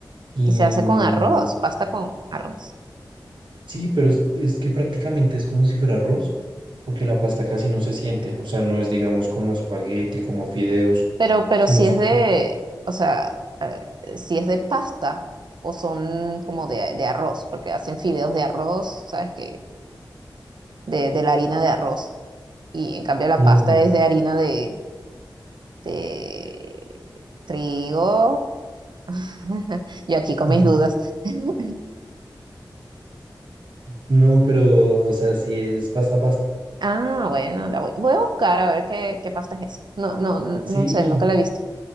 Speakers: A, on the right; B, on the right.
A: Y
B: Y se hace
A: mm,
B: con arroz, pasta con arroz.
A: sí, pero es, es que prácticamente es como si fuera arroz, porque la pasta casi no se siente, o sea, no es digamos como espagueti, como fideos,
B: Pero, pero
A: sino
B: si
A: es
B: es
A: co-
B: de, o sea, eh, si es de pasta o son como de, de arroz, porque hacen fideos de arroz, ¿sabes qué? De, de la harina de arroz. Y en cambio la
A: No.
B: pasta es de harina de, de trigo. <laughs> Yo aquí
A: <laughs>
B: con mis dudas. <laughs>
A: No, pero, o sea, sí es pasta pasta.
B: Ah, bueno, la voy, voy a buscar a ver qué, qué pasta es esa. No, no, no
A: Sí.
B: sé, nunca la he visto,